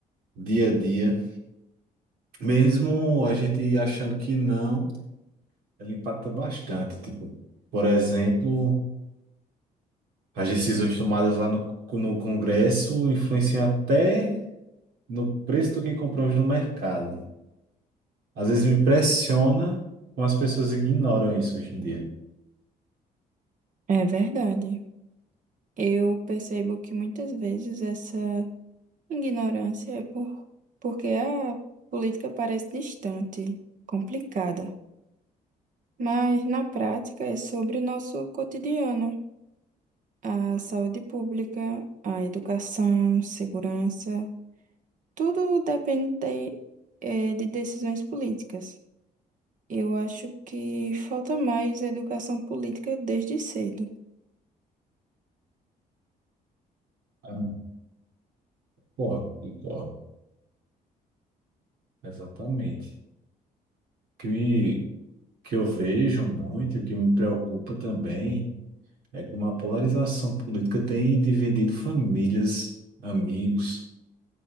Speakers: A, on the right; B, on the right.
A: dia a dia. Mesmo a gente achando que não, ela impacta bastante. Tipo, por exemplo, as decisões tomadas lá no, no Congresso influenciam até no preço do que compramos no mercado. Às vezes me impressiona como as pessoas ignoram isso hoje em dia.
B: é verdade. Eu percebo que muitas vezes essa ignorância é por, porque a política parece distante, complicada, mas na prática é sobre o nosso cotidiano, a saúde pública, a educação, segurança, tudo depende de, eh, de decisões políticas. Eu acho que falta mais educação política desde cedo.
A: Ah, Concordo, concordo. Exatamente. O que me, que eu vejo muito e o que me preocupa também é como a polarização política tem dividido famílias, amigos.